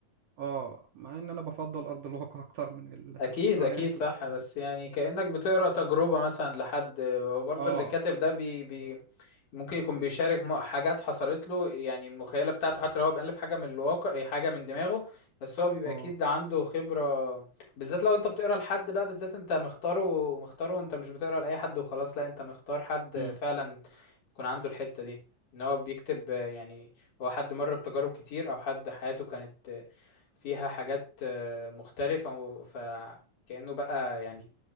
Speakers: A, on the right (about 60°); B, on the left (about 65°).
A: اه مع ان انا بفضل ارض الواقع اكتر من ال-
B: اكيد
A: <laughs> الروايات
B: اكيد صح
A: والافلام
B: بس يعني كأنك بتقرا تجربة مثلا لحد وبرضه
A: اه
B: اللي كاتب ده بي بي ممكن يكون بيشارك م- حاجات حصلت له يعني المخيلة بتاعته حتى لو هو بألف حاجة من الواقع إيه، حاجة من دماغه بس هو بيبقى
A: اه
B: اكيد عنده خبرة بالذات لو انت بتقرا لحد بقى بالذات انت مختاره مختاره وانت مش بتقرا لأي حد وخلاص لا انت مختار حد
A: مم.
B: فعلا يكون عنده الحتة دي ان هو بيكتب آه، يعني هو حد مر بتجارب كتير او حد حياته كانت آه، فيها حاجات آه، مختلفة و- فكأنه بقى يعني